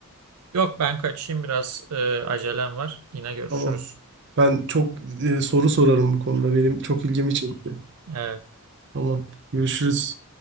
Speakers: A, on the right (about 85°); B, on the right (about 55°).
A: Yok ben kaçayım biraz e, acelem var. Yine görüşürüz.
B: Tamam. Ben çok e, soru sorarım bu konuda. Benim çok ilgimi çekti.
A: Evet.
B: Tamam. Görüşürüz.